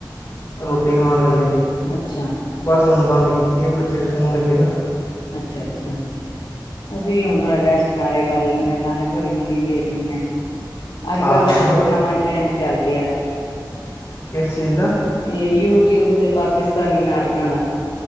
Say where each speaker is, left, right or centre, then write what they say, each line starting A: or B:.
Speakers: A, on the left; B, on the left.
A: ਰੋਟੀ ਖਾਣ ਵੇਲੇ।
B: ਅੱਛਾ।
A: ਬਸ ਹੁਣ ਬੰਦ ਕੀਤੀ ਏ, ਬੱਚੇ ਸੋਣ ਲੱਗੇ ਨਾ।
B: ਅੱਛਾ-ਅੱਛਾ। ਅਸੀ ਵੀ ਹੁਣ ਥੋੜਾ ਰੈਸਟ ਨਾਲੇ ਕਰ ਲੈਦੇ ਹਾਂ ਨਾਲੇ ਥੋੜੀ ਮੂਵੀ ਵੀ ਦੇਖ ਲੈਂਦੇ ਆ। ਅੱਜ-ਕੱਲ੍ਹ
A: ਹਾਂ
B: ਤਾਂ ਇੱਕ ਹੋਰ ਨਵਾਂ ਟਰੈਂਡ ਚੱਲ ਗਿਆ ਆਂ।
A: ਕਿਸ ਚੀਜ਼ ਦਾ।
B: ਇਹ ਯੂਟਿਊਬ ਤੇ ਪਾਕਿਸਤਾਨੀ ਨਾਟਕਾਂ ਦਾ।